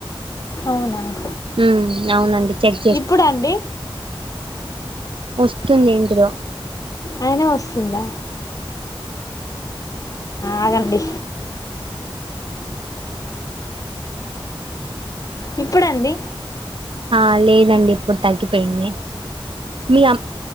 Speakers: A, on the left; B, on the right.
A: అవునా
B: హ్మ్ అవునండి చెక్
A: ఇప్పుడండి
B: వస్తుందింటిలో
A: అయిన వస్తుందా ఆగండి ఇప్పుడండి
B: ఆ లేదండి ఇప్పుడు తగ్గిపోయింది మీ అమ్